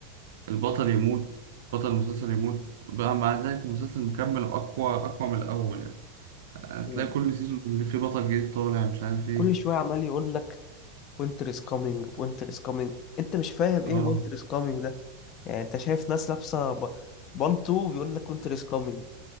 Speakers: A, on the right; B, on the left.
A: البطل يموت بطل المسلسل يموت بقى مع ذلك المسلسل مكمل أقوى أقوى من الأول يعني هتلاقي
B: وكل
A: كل سيزون اللي فيه بطل جديد طالع مش عارف إيه
B: شوية عمال يقول لك وينتر از كامينج وينتر از كامينج أنت مش فاهم
A: اه
B: إيه وينتر از كامينج يعني انت شايف ناس لابسه ب... بانتو بيقول لك وينتر از كامينج